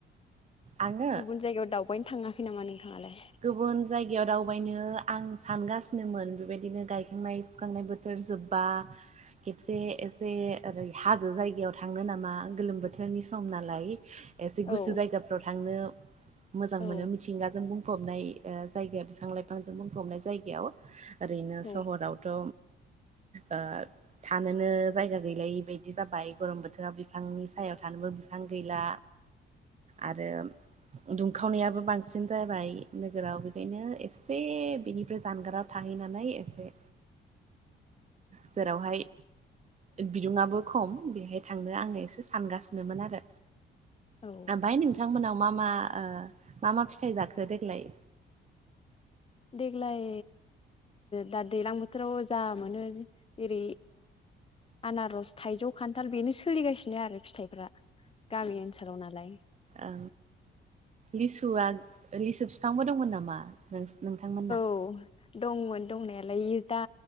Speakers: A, on the right; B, on the left.
A: आङो
B: गुबुन जायगायाव दावबायनो थाङाखै नामा नोंथाङालाय
A: गुबुन जायगायाव दावबायनो आं सानगासिनोमोन बेबायदिनो गायखांनाय फोखांनाय बोथोर जोबबा खेबसे एसे ओरै हाजो जायगायाव थांनो नामा गोलोम बोथोरनि सम नालाय एसे गुसु
B: औ
A: जायगाफ्राव थांनो मोजां
B: औ
A: मोनो मिथिंगाजों बुं बुंफबनाय ओ जायगा बिफां लाइफांजों बुंफबनाय जायगायाव ओरैनो
B: औ
A: सहरावथ' ओ थानोनो जायगा गैलायि बायदि जाबाय गरम बोथोराव बे बिफांनि सायाव थानोबो बिफां गैला आरो दुंखावनायाबो बांसिन जाबाय नोगोराव बेखायनो एसे बेनिफ्राय जानगाराव थाहैनानै एसे जेरावहाय बिदुंआबो खम बेहाय थांनो आङो एसे सानगोन नो आरो
B: औ
A: ओमफ्राय नोंथांमोनाव मा मा ओ <unintelligible> मा मा फिथाइ जाखो देग्लाय
B: देग्लाय दा दैज्लां बोथोराव जा मोनो जेरै आनारस थाइजौ खान्थाल बेनो सोलिगासिनो आरो फिथाइफ्रा गामि ओनसोलाव नालाय
A: औ लिसुआ लिसु बिफांबो दंमोन नामा नों <unintelligible> नोंथांमोना
B: औ दंमोन दंनायालाय दा